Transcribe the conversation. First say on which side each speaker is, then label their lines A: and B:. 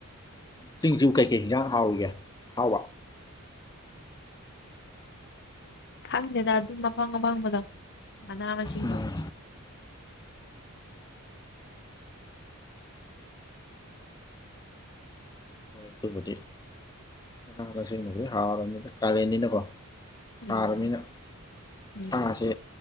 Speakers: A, on the left; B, on the left.
A: ꯁꯤꯡꯖꯨ ꯀꯩꯀꯩ ꯍꯟꯖꯥꯡ ꯍꯥꯎꯏꯒꯦ ꯍꯥꯎꯕ
B: ꯈꯪꯗꯦꯗ ꯑꯗꯨꯝ ꯑꯄꯥꯡ ꯑꯄꯪꯕꯗꯣ ꯃꯅꯥ ꯃꯁꯤꯡꯕ
A: ꯎꯝ ꯍꯣꯏ ꯑꯗꯨꯕꯨꯗꯤ ꯃꯅꯥꯛꯊꯛꯁꯤꯡꯦꯡꯅꯕꯨꯗꯤ ꯍꯥꯎꯔꯕꯅꯤꯅ ꯀꯥꯔꯦꯟꯅꯤꯅꯀꯣ
B: ꯎꯝ
A: ꯁꯥꯔꯕꯅꯤꯅ
B: ꯎꯝ
A: ꯁꯥꯁꯦ